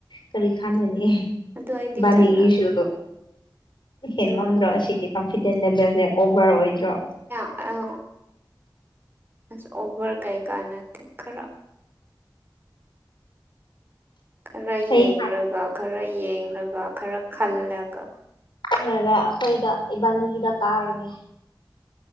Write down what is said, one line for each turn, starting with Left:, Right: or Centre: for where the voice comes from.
Left: ꯀꯔꯤ ꯈꯒꯅꯤ
Right: ꯑꯗꯨ ꯑꯩꯗꯤ ꯆꯠꯂꯔꯣꯏ
Left: ꯅꯤꯒꯤꯁꯨ ꯍꯦꯟ
Right: ꯑꯗꯣ
Left: ꯃꯟꯗ꯭ꯔꯣ ꯁꯤꯗꯤ ꯀꯟꯐꯤꯗꯦꯟ ꯂꯦꯚꯦꯜꯁꯦ ꯑꯣꯚꯔ ꯑꯣꯏꯗ꯭ꯔꯣ
Right: ꯑ ꯑ ꯑꯣꯚꯔ ꯀꯩ ꯀꯥꯟꯅꯠꯇꯦ ꯈꯔ ꯈꯔ
Left: ꯍꯌꯦꯡ
Right: ꯌꯦꯡꯂꯒ ꯈꯔ ꯌꯦꯡꯂꯒ ꯈꯔ ꯈꯜꯂꯒ
Left: ꯈꯪꯉꯒ ꯑꯩꯈꯣꯏꯗ ꯏꯕꯥꯅꯤꯒꯤꯗ ꯀꯥꯔꯒꯦ